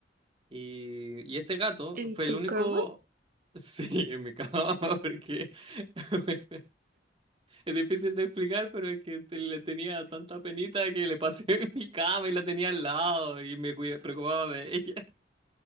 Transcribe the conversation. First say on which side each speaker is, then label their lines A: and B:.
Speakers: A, on the right; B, on the right.
A: y, y este gato
B: ¿En
A: fue
B: tu
A: el único...
B: cama?
A: <laughs> Sí, en mi cama, <laughs> porque <laughs> es difícil de explicar, pero es que te- le tenía tanta penita que le pasé <laughs> en mi cama y la tenía al lado y me cuida- preocupaba de ella.